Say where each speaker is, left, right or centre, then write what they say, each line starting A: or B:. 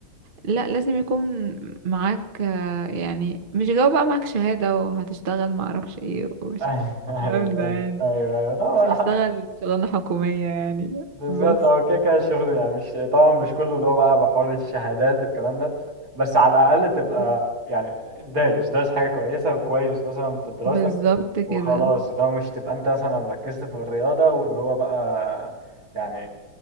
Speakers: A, on the right; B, on the right.
A: لا لازم يكون معاك آه يعني مش جواب بقى معاك شهادة وهتشتغل معرفش ايه ومش
B: ايوه
A: الكلام
B: ايوه
A: ده
B: ايوه
A: يعني
B: ايوه ايوه لا، هو
A: مش هشتغل
B: حد-
A: شغلانة حكومية يعني
B: بالظبط
A: بس
B: هو كده كده الشغل يعني مش طبعا مش كله اللي هو بقى بحوار الشهادات والكلام ده بس على الأقل
A: بالظبط
B: تبقى يعني دارس دارس حاجة كويسة وكويس مثلا في دراستك
A: بالظبط كده
B: وخلاص اللي هو مش تبقى انت مثلا ركزت في الرياضة واللي هو بقى يعني